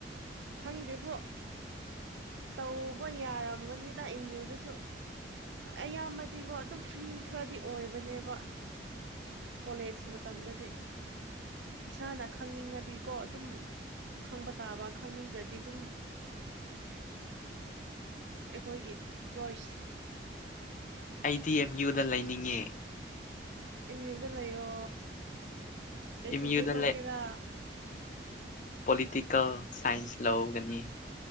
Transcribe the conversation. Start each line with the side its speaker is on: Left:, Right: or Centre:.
Right: ꯈꯪꯗꯦꯕꯨꯣ ꯇꯧꯕ ꯌꯥꯔꯝꯒꯅꯤꯗ ꯏꯃꯨꯗꯨꯁꯨ ꯑꯌꯥꯝꯕꯗꯤꯀꯣ ꯑꯗꯨꯝ ꯐ꯭ꯔꯤ ꯈꯔꯗꯤ ꯑꯣꯏꯕꯅꯦꯕ ꯀꯣꯂꯦꯖ ꯃꯇꯝꯗꯗꯤ ꯏꯁꯥꯅ ꯈꯪꯅꯤꯡꯉꯗꯤꯀꯣ ꯑꯗꯨꯝ ꯈꯪꯕ ꯇꯥꯕ ꯈꯪꯅꯤꯡꯈ꯭ꯔꯗꯤ ꯑꯗꯨꯝ ꯑꯩꯈꯣꯏꯒꯤ ꯖꯣꯏꯁ
Left: ꯑꯩꯗꯤ ꯑꯦꯝ ꯌꯨꯗ ꯂꯩꯅꯤꯡꯉꯦ
Right: ꯏ ꯌꯌꯨꯝꯗ ꯂꯩꯌꯣ ꯀꯩ
Left: ꯑꯦꯝ
Right: ꯁꯕꯖꯦꯛ
Left: ꯌꯨꯗ
Right: ꯂꯧꯒꯦꯔꯥ
Left: ꯄꯣꯂꯤꯇꯤꯀꯦꯜ ꯁꯥꯏꯟꯁ ꯂꯧꯒꯅꯤ